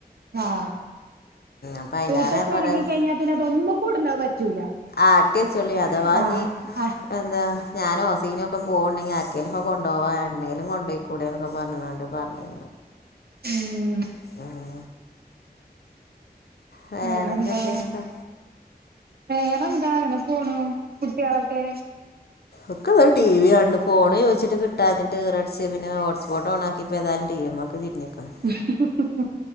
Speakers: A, on the right; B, on the left.
A: ആഹ
B: അപ്പം അതിലേറെ
A: <unintelligible> ച്ചി
B: ഞാൻ
A: ഒണങ്ങി
B: പറയും
A: കഴിഞ്ഞാ പിന്നെ അതൊന്നുക്കൂട്ണെ പറ്റൂല.
B: ആട്ടിയച്ചോളി. അതവാ
A: ആഹ്
B: ഞ്ഞി
A: ആഹ്
B: അന്താ. ഞാനോ സിനൊക്കെ പോവുണ്ടെങ്കി ആര്ക്കേലൊക്കെ കൊണ്ടോവാ എണ്ണേലും കൊണ്ടോയ്ക്കൂടെന്നൊക്കെ പറഞ്ഞിങ്ങാണ്ട് പർഞ്ഞെ
A: ഉം
B: ആഹ് വേറെ
A: വേറെന്താ
B: എന്തൊക്കെയാണണ്ടോ
A: വേറെന്താ അങ്ങനെ പോണ കുട്ടികളൊക്കെ
B: ഒക്കെ ടി വി ആണ് ഫോൺ ചോദിച്ചിട്ട് കിട്ടാഞ്ഞിട്ട് റച്ച് പിന്നെ ഹോട്ട്സ്പോട്ട്ഓണ നിപ്പോ ഏതായാലും ടിഎംക്ക തിഞ്ഞെക്കണം
A: <unintelligible>